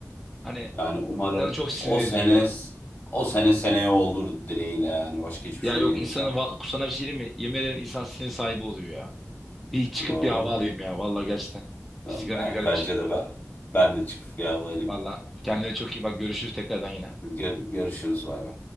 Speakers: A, in the centre; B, on the left.
A: Hani
B: yani umarım
A: insanı çok sinir
B: o
A: ediyor
B: sene
A: ya.
B: o sene seneye olur dileğiyle yani başka hiçbir
A: Ya
B: şey
A: yok
B: diyemeyeceğim.
A: insanı va- sana bir şey diyeyim mi? Yemin ederim insan sinir sahibi oluyor ya. Bir çıkıp
B: Doğru.
A: bir hava alayım ya. Vallahi gerçekten.
B: Ben,
A: Bir sigara
B: ben-
A: migara
B: bence
A: içeyim.
B: de ben, ben de çıkıp bir hava alayım.
A: Vallahi. Kendine çok iyi bak. Görüşürüz tekrardan yine.
B: Gör- görüşürüz bay bay.